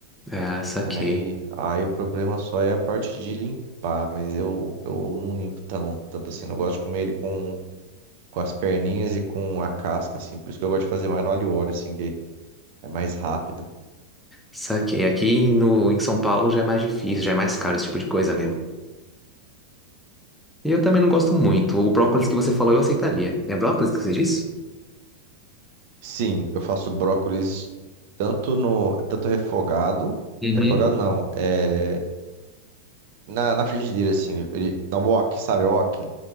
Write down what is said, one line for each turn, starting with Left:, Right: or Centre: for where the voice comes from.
Centre: Ah, saquei.
Right: Aí, aí o problema só é a parte de limpar, mas eu, eu não limpo tão, tanto assim. Eu gosto de comer ele com com as perninhas e com a casca, assim. Por isso que eu gosto de fazer mais no alho e óleo, assim, que é mais rápido.
Centre: Saquei. Aqui no, em São Paulo já é mais difícil, já é mais caro esse tipo de coisa mesmo. E eu também não gosto muito. O brócolis que você falou eu aceitaria. É brócolis que você disse?
Right: Sim, eu faço brócolis tanto no, tanto refogado,
Centre: Uhum.
Right: refogado não, é na, na frigideira, assim, ele, ele- na wok, sabe, wok?